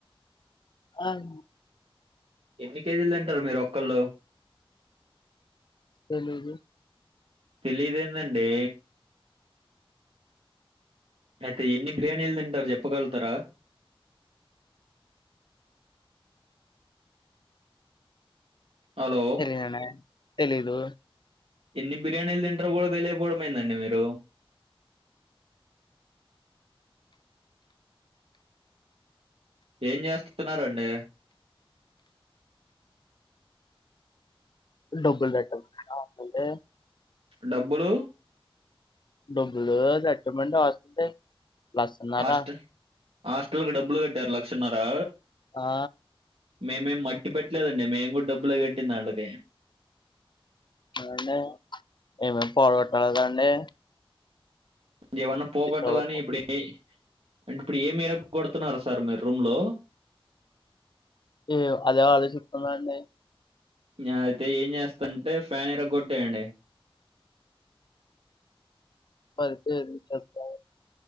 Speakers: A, on the left; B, on the right.
A: అవ్ను.
B: ఎన్ని కేజీల్ తింటరు మీరొక్కళ్ళు.
A: తెలీదు.
B: తెలీదెందండి. అయితే ఎన్ని బిర్యానీలు తింటరు చెప్పగలుగుతారా. హలో
A: తెలీదండి. తెలీదు!
B: ఎన్ని బిర్యానీలు తింటరు గూడా తెలియకపోవడం ఏందండి మీరు. ఏం చేస్తున్నారండి.
A: డబ్బులు పెట్టాలా లేకపోతే.
B: డబ్బులు.
A: డబ్బులు పెట్టమంటే ఆస్తుంటే. లచ్చన్నరా?
B: హాస్టల్ హాస్టల్ కు డబ్బులు కట్టార్. లక్షన్నరా.
A: ఆ!
B: మేమేం మట్టి పెట్లేదండి. మేము గూడ డబ్బులే కట్టిందాళ్ళకి.
A: ఎవండి. ఇవాళ పోరాటాలు తాండి.
B: ఏవన్నా పోగట్టాలని
A: అవ్వద్దు.
B: ఇప్పుడే. అంట్ ఇప్పుడు ఏ మెరక్ కొడుతున్నారు సార్ మీ రూమ్ లో.
A: ఏ అదే ఆలోచిత్తున్నా అండి.
B: న్యా అయితే ఏం చేస్టంటే ఫాన్ ఇరగ్గొట్టేయండి.
A: పరిచయం చేస్తా.